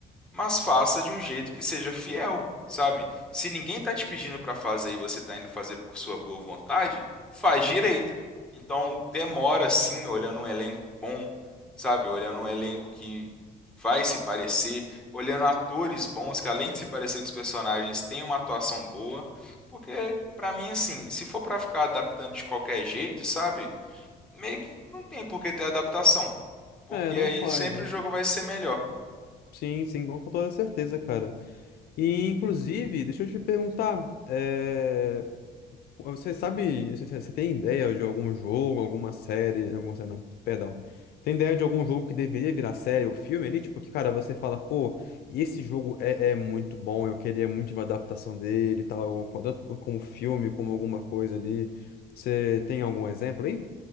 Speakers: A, in the centre; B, on the left.
A: mas faça de um jeito que seja fiel, sabe? Se ninguém tá te pedindo para fazer e você tá indo fazer por sua boa vontade, faz direito. Então, demora sim, olhando um elenco bom, sabe? Olhando um elenco que vai se parecer, olhando atores bons que além de se parecer com os personagens, tem uma atuação boa, porque pra mim assim, se for pra ficar adaptando de qualquer jeito, sabe? Meio que não tem por que ter adaptação, porque
B: É, não
A: aí
B: faz,
A: sempre
B: né?
A: o jogo vai ser melhor.
B: Sim, sim, com com toda certeza, cara. E, inclusive, deixa eu te perguntar, é, você sabe, você você tem ideia de algum jogo, alguma série, alguma série não, perdão, tem ideia de algum jogo que deveria virar série ou filme ali? Tipo, que, cara, você fala, pô, esse jogo é, é muito bom, eu queria muito uma adaptação dele e tal, co- tanto como filme, como alguma coisa ali. Você tem algum exemplo aí?